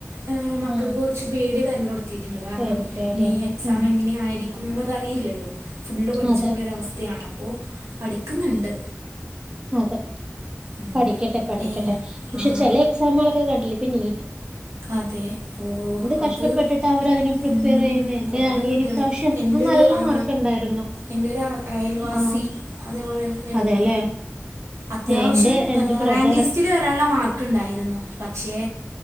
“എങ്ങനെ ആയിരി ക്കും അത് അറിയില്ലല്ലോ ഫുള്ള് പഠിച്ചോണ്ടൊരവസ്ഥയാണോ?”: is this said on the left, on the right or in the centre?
Right